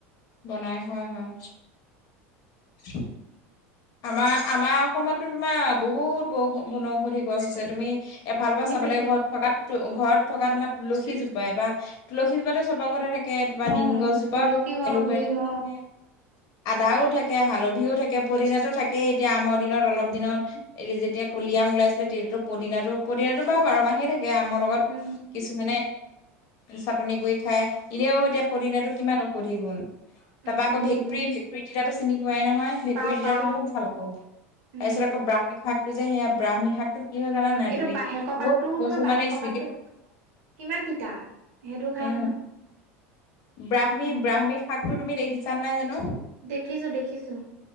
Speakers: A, on the left; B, on the right.
A: বনাই হয় হয়। <unintelligible> আমাৰ আমাৰ অসমতো তোমাৰ বহুত বৌ বনৌষধি গছ আছে তুমি এফালৰ পৰা
B: সেইটোৱে
A: চাব লাগে ঘৰত থকা ঘৰত থকা তোমাৰ তুলসী জোপাই বা তুলসী জোপা চবৰ ঘৰতে থাকে। কে
B: অ
A: নিম গছজোপাও
B: তুলসী
A: থাকে
B: হওক
A: এলোবেৰাও
B: নিম
A: থাকে।
B: অ
A: আদাও থাকে হালধিও থাকে পদিনা টো থাকেই এতিয়া আমাৰ দিনত অলপ দিনত এ যেতিয়া কলি আম ওলাইছিলে তেতিয়াতো পদিনাতো পদিনাতো বাৰ বাৰ মাহে থাক- তেতিয়া আমৰ লগত
B: উম
A: কিছুমানে চাটনি কৰি খাই। এনেও এতিয়া পদিনাটো কিমান ঔষধি গুণ, তাৰ
B: ঔষধি
A: পৰা আকৌ ভেকুৰী
B: গুণ
A: ভেঁকুৰী তিতাতো চিনি পোৱাই নহয়। ভেঁকুৰী
B: পাওঁ
A: তিতাতো
B: পাওঁ
A: বহুত ভাল আকৌ
B: উম
A: তাৰ পিছত আকৌ ব্ৰাহ্মী শাক টো যে সেয়া ব্ৰাহ্মী শাক- টো কি হয় জানা
B: উম
A: নাই
B: এইটো
A: তুমি
B: বাহেকৰ
A: <unintelligible>
B: পাতটোও নহয় বাহেকৰ
A: মানে স্মৃতি
B: পাতটো কিমান তিতা সেইটো খাই
A: উম
B: নহয়।
A: ব্ৰাহ্মী
B: উম
A: ব্ৰাহ্মী শাকটো তুমি দেখিছা নাই জানোঁ?
B: দেখিছো দেখিছো